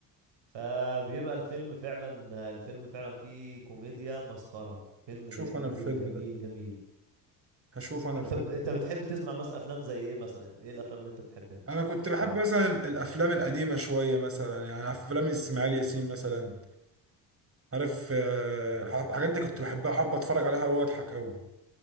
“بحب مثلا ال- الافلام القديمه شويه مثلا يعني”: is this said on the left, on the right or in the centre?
Right